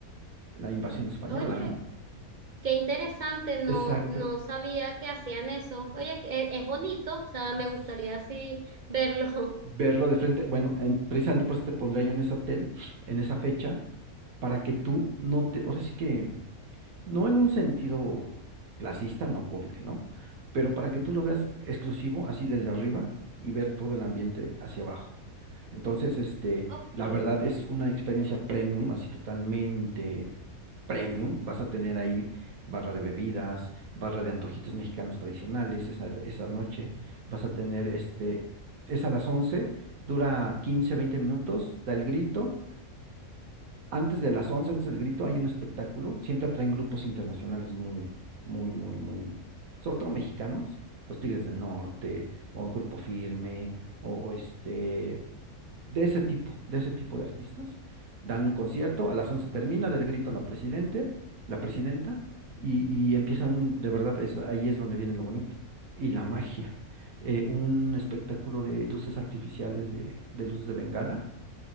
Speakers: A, on the right (about 75°); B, on the right (about 40°).
A: la invasión española,
B: Oye,
A: ¿no?
B: qué interesante, no,
A: Exacto.
B: no sabía que hacían eso. Oye, e- es, bonito, o sea, me
A: s-
B: gustaría así verlo.
A: Verlo de frente, bueno, en- precisamente por eso te pondré yo en ese hotel, en esa fecha, para que tú no te, ahora sí que No en un sentido clasista, no, obvio que no, pero para que tú lo veas exclusivo, así desde arriba y ver todo el ambiente hacia abajo. Entonces, este,
B: Ok,
A: la verdad es una experiencia premium, así totalmente premium. Vas a tener ahí barra de bebidas, barra de antojitos mexicanos tradicionales esa, esa noche. Vas a tener, este, es a las 11, dura 15 20 minutos, da el grito antes de las once, antes del grito, hay un espectáculo. Siempre atraen grupos internacionales muy, muy, muy, muy, sobre todo mexicanos, los Tigres del Norte, o Grupo Firme, o, o este, de ese tipo, de ese tipo de artistas. Dan un concierto, a las 11 termina del grito la presidente, la presidenta, y, y empieza un, de verdad, es, ahí es donde viene lo bonito. Y la magia. Eh, un espectáculo de luces artificiales, de, de luces de Bengala